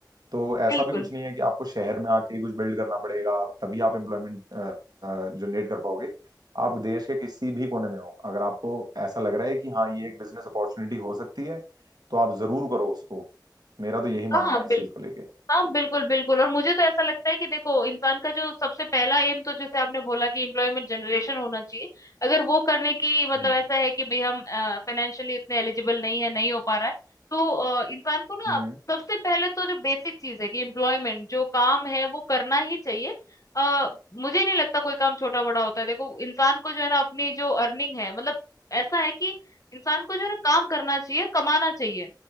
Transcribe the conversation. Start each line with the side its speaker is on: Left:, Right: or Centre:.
Right: तो ऐसा
Left: बिल्कुल
Right: भी कुछ नहीं है कि आपको शहर में आके ही कुछ बिल्ड करना पड़ेगा तभी आप एम्प्लॉयमेंट जनरेट कर पाओगे आप देश के किसी भी कोने में हो अगर आपको ऐसा लग रहा है कि हाँ ये एक बिजनेस अपॉर्चुनिटी हो सकती है तो आप जरूर करो उसको मेरा तो यही मानना
Left: हाँ हाँ
Right: है इस
Left: बिल
Right: चीज को लेके
Left: हाँ बिल्कुल बिल्कुल और मुझे तो ऐसा लगता है कि देखो इंसान का जो सबसे पहला एम तो जैसे आपने बोला कि एम्प्लॉयमेंट जनरेशन होना चाहिए अगर वो करने की मतलब
Right: हम्म
Left: ऐसा है कि भाई हम फाइनेंशियली उतने एलिजिबल नहीं है नहीं हो पा रहा है तो अ, इंसान को ना
Right: हम्म,
Left: सबसे पहले तो जो बेसिक चीज है कि एम्प्लॉयमेंट जो काम है वो करना ही चाहिए आ, मुझे नहीं लगता कोई काम छोटा बड़ा होता है देखो इंसान को जो है ना अपनी जो अर्निंग है मतलब ऐसा है कि इंसान को जो है ना काम करना चाहिए कमाना चाहिए